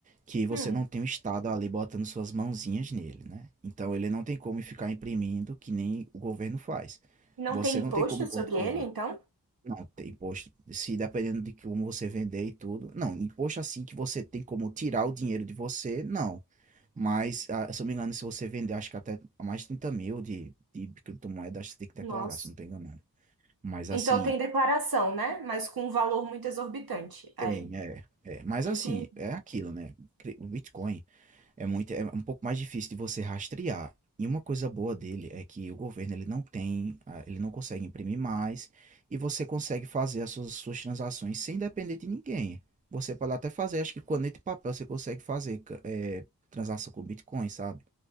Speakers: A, on the right; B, on the right.
A: Que você
B: Hum.
A: não tem o Estado ali botando suas mãozinhas nele, né? Então ele não tem como ficar imprimindo que nem o governo faz.
B: E Não
A: Você
B: tem
A: não
B: imposto
A: tem como controlar.
B: sobre ele, então?
A: Não, tem imposto. Se dependendo de como você vender e tudo. Não, imposto assim que você tem como tirar o dinheiro de você, não. Mas, ah, se eu me engano, se você vender, acho que até mais de trinta mil de, de criptomoeda, acho que você tem que declarar,
B: Nossa.
A: se eu não tô enganado. Mas assim,
B: Então tem declaração, né? Mas com um valor muito exorbitante. Aí.
A: tem, é, é. Mas
B: Entendi.
A: assim, é aquilo, né? Cri- O Bitcoin. É muito, é um pouco mais difícil de você rastrear. E uma coisa boa dele é que o governo ele não tem, ah, ele não consegue imprimir mais e você consegue fazer as suas, suas transações sem depender de ninguém. Você pode até fazer, acho que caneta e papel você consegue fazer ca- eh, transação com Bitcoin, sabe?